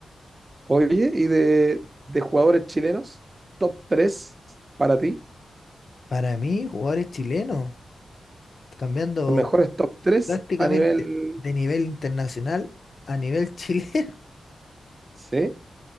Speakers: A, on the right; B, on the left.
A: Oye, ¿y de, de jugadores chilenos? Top 3 para ti,
B: Para mí, jugadores chilenos, cambiando
A: los mejores top 3
B: prácticamente
A: a nivel,
B: de nivel internacional a nivel chileno. <laughs>
A: ¿sí?